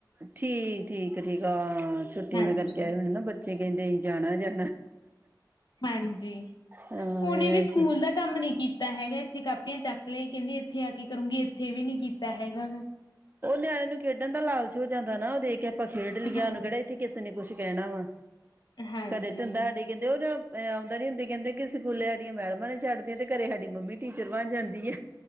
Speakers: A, on the right; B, on the left.
A: ਠੀਕ ਠੀਕ-ਠੀਕ ਤਾਂ ਛੁੱਟੀਆਂ
B: ਹਾਂਜੀ
A: ਦੇ ਕਰਕੇ ਆਏ ਹੋਏ ਨਾ ਬੱਚ- ਬੱਚੇ ਕਹਿੰਦੇ <unintelligible> ਜਾਣਾ ਜਾ
B: ਹਾਂਜੀ
A: ਹਾਂ
B: ਉਹਨੇ
A: ਇਹ
B: ਵੀ ਸਕੂਲ
A: ਚ
B: ਦਾ ਕੰਮ ਨੀ ਕੀਤਾ ਹੈਗਾ ਇੱਥੇ ਕਾਪੀਆਂ ਚੱਕ ਲਯਾਈ ਕਹਿੰਦੀ ਇੱਥੇ ਆ ਕੇ ਕਰੂੰਗੀ ਇੱਥੇ ਵੀ ਨੀ ਕੀਤਾ ਹੈਗਾ ਨਾ
A: ਉਹ ਨਿਆਣੇ ਨੂੰ ਖੇਡਣ ਦਾ ਲਾਲਚ ਹੋ ਜਾਂਦਾ ਨਾ ਉਹ ਦੇਖ ਕੇ- ਆਪਾਂ ਖੇਡ <unintelligible>
B: ਹਾਂਜੀ।
A: ਇੱਥੇ ਕਿਸੇ ਨੇ ਕੁਛ ਕਹਿਣਾ ਵਾ
B: ਹਾਂਜੀ,
A: ਘਰੇ ਤੇ ਹੁੰਦਾ <unintelligible> ਆਉਂਦਾ ਨੀ ਹੁੰਦੀ ਕਹਿੰਦੇ ਸਕੂਲੇ ਸਾਡੀਆਂ ਮੈਡਮਾਂ ਨੇ ਛੱਡਦੀਆਂ ਤੇ ਘਰੇ ਸਾਡੀ ਮੰਮੀ ਟੀਚਰ ਬਣ ਜਾਂਦੀ ਏ